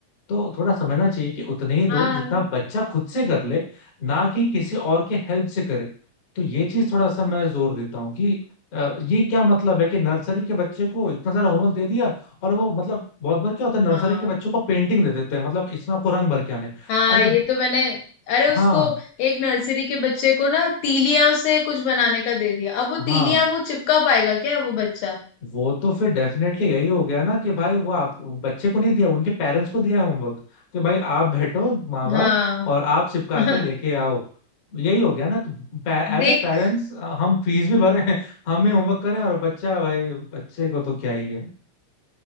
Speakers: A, on the left (about 60°); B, on the left (about 80°).
A: तो थोड़ा समझना चाहिए कि उतने ही दो
B: हाँ
A: जितना बच्चा खुद से कर ले ना कि किसी और के हेल्प से करे तो ये चीज थोड़ा सा मैं जोर देता हूँ कि अ, ये क्या मतलब है कि नर्सरी के बच्चे को इतना सारा होमवर्क दे दिया और वो मतलब बहुत बार क्या होता है नर्सरी
B: हाँ
A: के बच्चों को पेंटिंग दे देते हैं मतलब इसमें आपको रंग भर के आने
B: हाँ
A: अरे
B: ये तो मैंने अरे उसको
A: हाँ
B: एक नर्सरी के बच्चे को ना तीलियां से कुछ बनाने का दे दिया अब वो
A: हाँ
B: तीलियां वो चिपका पाएगा क्या वो बच्चा
A: वो तो फिर डेफिनेटली यही हो गया ना कि भाई वो आप वो बच्चे को नहीं दिया उनके पेरेंट्स को दिया है होमवर्क कि भाई आप बैठो माँ बाप
B: हाँ
A: और आप चिपका
B: <laughs>
A: के लेके आओ यही हो गया ना तो एज
B: देख
A: ए पेरेंट्स हम फीस भी भर रहे हैं हम ही होमवर्क करें और बच्चा भाई बच्चे को तो क्या ही है